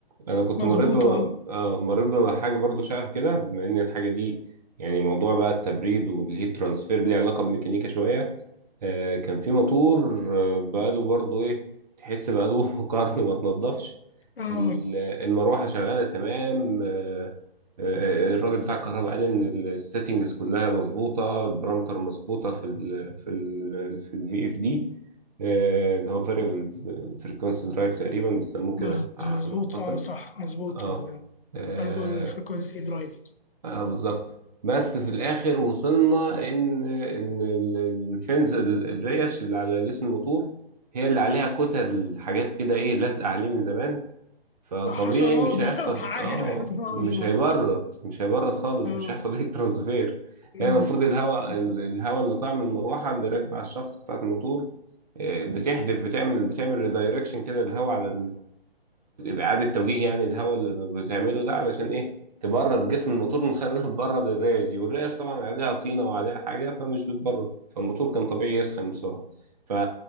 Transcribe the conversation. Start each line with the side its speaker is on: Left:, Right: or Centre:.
Right: انا كنت
Left: مظبوط
Right: مريت بم...
Left: اه
Right: آه، مريت بحاجة برضو شبه كده بما ان الحاجة دي يعني موضوع بقى التبريد والهيت ترانسفير ليه علاقة بميكانيكا شوية آه، كان في موتور آه، بقاله برضو ايه تحس بقاله <laughs> قرن ما اتنضفش
Left: اه
Right: ال- المروحه شغاله تمام آه، آه، الراجل بتاع الكهرباء قال ان السيتنجز كلها مظبوطه البارامتر مظبوطه في ال في ال في الفي اف دي اللي هو فاريبل فريكونسي درايف تقريبا بيسموه كده
Left: مز-
Right: اعتقد
Left: مظبوط اه صح مظبوط
Right: اه
Left: ال-
Right: آه،
Left: ترجو الفريكونسي درايف
Right: اه بالظبط بس في الاخر وصلنا ان ان ال- الفنز ال- الريش اللي على جسم الموتور هي اللي عليها كتل حاجات كده ايه لازقه عليه من زمان فطبيعي
Left: حشرات
Right: مش
Left: بقى
Right: هيحصل
Left: <laughs> وحاجات
Right: اه
Left: بتتعب.
Right: مش هيبرد مش هيبرد خالص
Left: اه
Right: مش هيحصل ايه ترانسفير
Left: أمم،
Right: يعني المفروض الهواء
Left: بالظبط
Right: ال- الهواء اللي طالع من المروحه اللي راكبه على الشافت بتاعت الموتور آه، بتحدف بتعمل بتعمل ريدايركشن كده الهواء على إعادة توجيه يعني الهواء اللي بتعمله ده علشان إيه تبرد جسم الموتور من خلال إنها تبرد الريش دي والريش طبعا عليها طينة وعليها حاجة فمش بتبرد فالموتور كان طبيعي يسخن بسرعة ف